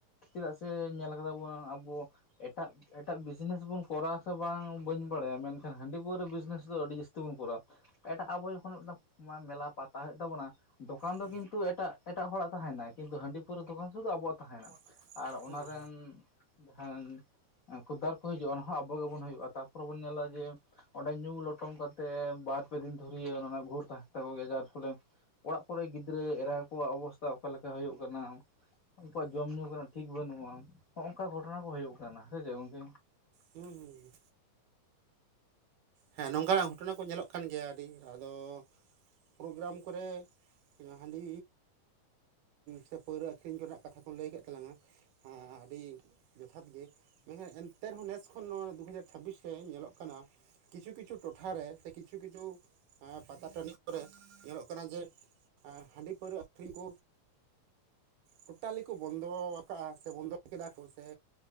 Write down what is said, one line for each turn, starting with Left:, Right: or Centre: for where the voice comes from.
Left: ᱪᱮᱫᱟᱜ ᱥᱮ ᱧᱮᱞ ᱠᱟᱫᱟ ᱵᱚᱱ, ᱟᱵᱚ ᱮᱴᱟᱜ ᱮᱴᱟᱜ ᱵᱤᱡᱽᱱᱮᱥ ᱵᱚᱱ ᱠᱚᱨᱟᱣ ᱥᱮ ᱵᱟᱝ ᱵᱟᱹᱧ ᱵᱟᱲᱟᱭᱟ ᱢᱮᱱᱠᱷᱟᱱ ᱦᱟᱺᱰᱤ ᱯᱟᱹᱣᱨᱟᱹ ᱵᱤᱡᱱᱮᱥ ᱫᱚ ᱟᱹᱰᱤ ᱡᱟᱹᱥᱛᱤ ᱵᱚᱱ ᱠᱚᱨᱟᱣᱟ᱾ ᱮᱴᱟᱜ ᱟᱵᱚ ᱡᱚᱠᱷᱚᱱ ᱢᱤᱫᱴᱟᱝ ᱢᱮᱞᱟ ᱯᱟᱛᱟ ᱦᱩᱭᱩᱜ ᱛᱟᱵᱚᱱᱟ, ᱫᱚᱠᱟᱱ ᱫᱚ
Right: ᱦᱮᱸ
Left: ᱠᱤᱱᱛᱩ ᱮᱴᱟᱜ ᱮᱴᱟᱜ ᱦᱚᱲᱟᱜ ᱛᱟᱦᱮᱱᱟ ᱠᱤᱱᱛᱩ ᱦᱟᱺᱰᱤ ᱯᱟᱹᱣᱨᱟᱹ ᱫᱚᱠᱟᱱ ᱥᱩᱫᱩ ᱟᱵᱚᱣᱟᱜ ᱛᱟᱦᱮᱱᱟ᱾
Right: ᱛᱟᱦᱮᱱᱟ
Left: ᱟᱨ ᱚᱱᱟ ᱨᱮᱱ ᱡᱟᱦᱟᱸᱟᱱ ᱠᱷᱩᱽᱫᱟᱨ ᱠᱚ ᱦᱤᱡᱩᱜᱼᱟ ᱚᱱᱟᱦᱚᱸ ᱟᱵᱚ ᱜᱮᱵᱚᱱ ᱦᱩᱭᱩᱜᱼᱟ, ᱛᱟᱨᱯᱚᱨᱮ ᱵᱚᱱ ᱧᱮᱞᱟ ᱡᱮ ᱚᱸᱰᱮ ᱧᱩ ᱞᱩ ᱴᱚᱢ ᱠᱟᱛᱮ ᱵᱟᱨ ᱯᱮ ᱫᱤᱱ ᱫᱷᱚᱨᱭ ᱚᱱᱟ ᱨᱮᱱᱟᱜ ᱜᱳᱨ ᱛᱟᱦᱮᱱ ᱛᱟᱠᱚ ᱜᱮᱭᱟ, ᱡᱟᱨ ᱯᱷᱚᱞᱮ ᱚᱲᱟᱜ ᱠᱚᱨᱮ ᱜᱤᱫᱽᱨᱟᱹ ᱮᱨᱟ ᱠᱚᱣᱟᱜ ᱚᱵᱚᱥᱛᱟ ᱚᱠᱟᱮ ᱞᱮᱠᱟ ᱦᱩᱭᱩᱜ ᱠᱟᱱᱟ, ᱩᱱᱠᱩᱣᱟᱜ ᱡᱚᱢ ᱧᱩ ᱠᱚᱨᱮᱱᱟᱜ ᱴᱷᱤᱠ ᱵᱟᱹᱱᱩᱜᱼᱟ ᱦᱚᱜ ᱱᱚᱝᱠᱟ ᱜᱷᱚᱴᱚᱱᱟ ᱠᱚ ᱦᱩᱭᱩᱜ ᱠᱟᱱᱟ ᱥᱮ ᱪᱮ ᱜᱚᱝᱠᱮ?
Right: ᱦᱩᱸ ᱦᱩᱸ ᱦᱮᱸ ᱱᱚᱝᱠᱟᱱᱟᱜ ᱜᱷᱚᱴᱚᱱᱟ ᱠᱚ ᱧᱮᱞᱚᱜ ᱠᱟᱱ ᱜᱮᱭᱟ ᱟᱹᱰᱤ ᱟᱫᱚ ᱯᱨᱳᱜᱨᱟᱢ ᱠᱚᱨᱮ, ᱦᱟᱺᱰᱤ ᱥᱮ ᱯᱟᱹᱣᱨᱟᱹ ᱟᱹᱠᱷᱨᱤᱧ ᱠᱚᱨᱮᱱᱟᱜ ᱠᱟᱛᱷᱟ ᱠᱚ ᱞᱟᱹᱭ ᱠᱮᱫ ᱛᱟᱞᱟᱝᱟ ᱦᱮᱸ ᱟᱹᱰᱤ ᱡᱚᱛᱷᱟᱛ ᱜᱮ ᱢᱮᱱᱠᱷᱟᱱ ᱮᱱᱛᱮ ᱨᱮᱦᱚᱸ ᱱᱮᱥ ᱠᱷᱚᱱ ᱫᱩ ᱦᱟᱡᱟᱨ ᱪᱷᱟᱵᱵᱤᱥ ᱨᱮ ᱧᱮᱞᱚᱜ ᱠᱟᱱᱟ ᱠᱤᱪᱷᱩ ᱠᱤᱪᱷᱩ ᱴᱚᱴᱷᱟᱨᱮ ᱥᱮ ᱠᱤᱪᱷᱩ ᱠᱤᱪᱷᱩ ᱯᱟᱛᱟ ᱴᱟᱺᱰᱤ ᱠᱚᱨᱮᱜ ᱧᱮᱞᱚᱜ ᱠᱟᱱᱟ ᱡᱮ, ᱦᱟᱺᱰᱤ ᱯᱟᱹᱣᱨᱟᱹ ᱟᱹᱠᱷᱨᱤᱧ ᱠᱚ ᱴᱳᱴᱟᱞᱤ ᱠᱚ ᱵᱚᱱᱫᱚ ᱠᱟᱜᱼᱟ ᱥᱮ ᱵᱚᱱᱫᱚ ᱠᱮᱫᱟ ᱠᱚ ᱥᱮ